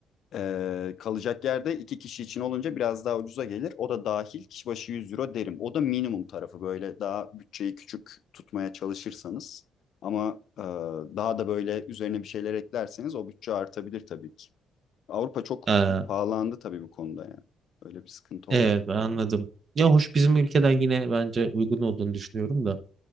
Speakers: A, on the left; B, on the right.
A: e, kalacak yerde iki kişi için olunca biraz daha ucuza gelir. O da dahil kişi başı 100 euro derim. O da minimum tarafı böyle daha bütçeyi küçük tutmaya çalışırsanız ama e, daha da böyle üzerine bir şeyler eklerseniz o bütçe artabilir tabii ki. Avrupa çok
B: Ee,
A: pahalandı tabii bu konuda yani. Öyle bir sıkıntı
B: Evet
A: oldu.
B: ben anladım. Ya hoş bizim ülkeden yine bence uygun olduğunu düşünüyorum da.